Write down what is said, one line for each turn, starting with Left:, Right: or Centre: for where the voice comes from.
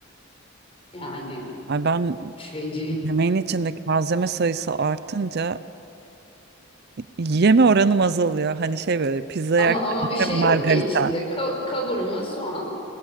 Left: Yani
Right: Ay ben
Left: feci.
Right: yemeğin içindeki malzeme sayısı artınca Yeme oranım azalıyor. Hani şey böyle pizza
Left: Ama
Right: yerken
Left: ama bir şey
Right: margarita.
Left: yok ki içinde. Ka- kavurma, soğan,